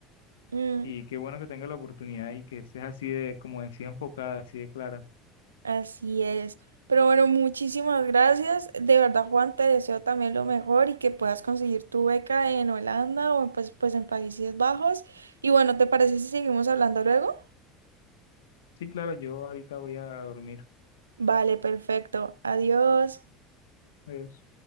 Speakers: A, on the right; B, on the left.
A: Mm,
B: Y qué bueno que tenga la oportunidad y que estés así de, como decía, enfocada, así de clara.
A: así es. Pero bueno, muchísimas gracias. De verdad, Juan, te deseo también lo mejor y que puedas conseguir tu beca en Holanda o en, pues, pues en Países Bajos. Y bueno, ¿te parece si seguimos hablando luego?
B: Sí, claro, yo ahorita voy a dormir.
A: Vale, perfecto. Adiós.
B: Adiós.